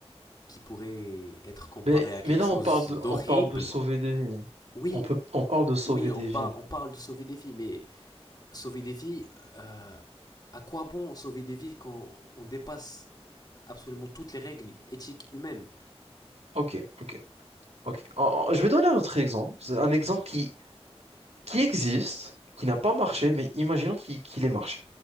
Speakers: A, on the left; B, on the right.
A: qui pourrait être comparé
B: Mais,
A: à quelque
B: mais là,
A: chose
B: on parle de,
A: d'horrible.
B: on parle de sauver des vies.
A: Oui,
B: On peut, on parle de sauver
A: oui, on
B: des
A: parle,
B: vies.
A: on parle de sauver des vies, mais sauver des vies, euh, à quoi bon sauver des vies quand on dépasse absolument toutes les règles éthiques humaines
B: Ok, ok, ok. En- en- je vais donner un autre exemple. C'est un exemple qui, qui existe, qui n'a pas marché, mais imaginons qu'il qu'il ait marché.